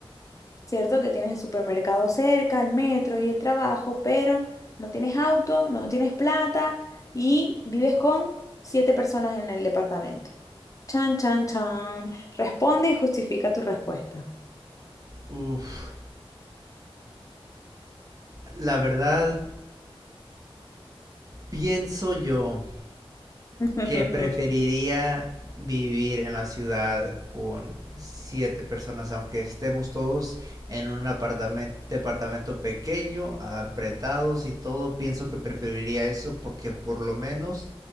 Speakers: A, on the left (about 35°); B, on the right (about 35°).
A: ¿cierto? Que tienes el supermercado cerca, el metro y el trabajo, pero no tienes auto, no tienes plata y vives con siete personas en el departamento. Chan, chan, chan. Responde y justifica tu respuesta.
B: Uf, la verdad, pienso yo
A: <laughs>
B: que preferiría vivir en la ciudad con siete personas, aunque estemos todos en un apartamento, departamento pequeño, apretados y todo, pienso que preferiría eso porque por lo menos